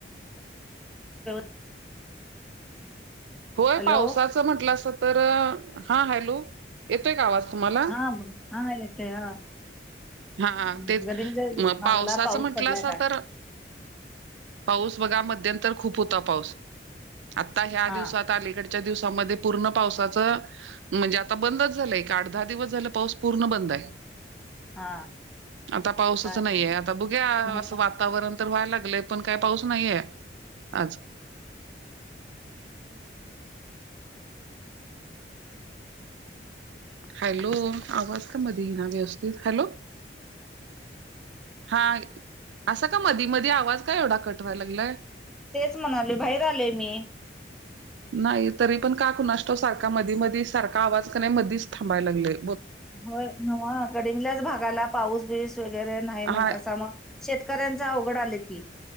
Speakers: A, in the centre; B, on the right.
A: <unintelligible>
B: होय
A: हॅलो
B: पावसाचं म्हटलासा तर हा हॅलो येतोय का आवाज तुम्हाला
A: हा ब हा येतय हा
B: हा
A: हम्म,
B: तेच
A: गडिंगलज
B: म
A: भागाला
B: पावसाचं
A: पाऊस
B: म्हटलासा
A: पडलाय काय
B: तर पाऊस बघा मध्यंतर खूप होता पाऊस आता ह्या
A: हा
B: दिवसात अलीकडच्या दिवसामध्ये पूर्ण पावसाचं म्हणजे आता बंदच झालंय का आठ दहा दिवस झाला पाऊस पूर्ण बंद आहे.
A: हा
B: आता पाऊसच
A: काय
B: नाहीये आता बघुया
A: मग आता-
B: असं वातावरण तर व्हायला लागलं पण काही पाऊस नाहीये आज हॅलो आवाज का मधी ना व्यवस्थित हॅलो हा असं का मधी मधी आवाज काय एवढा कट वाया लागलाय?
A: तेच म्हणाले बाहेर आले मी
B: नाही तरी पण का कुणास ठाऊक सारखा मधी मधी सारखा आवाज कणी मधीच थांबायला लागलय
A: होय नव्ह गडिंगलज भागाला पाऊस बीस वगैरे नाही
B: हा
A: म्हणतासा मग शेतकऱ्यांच अवघड आलं की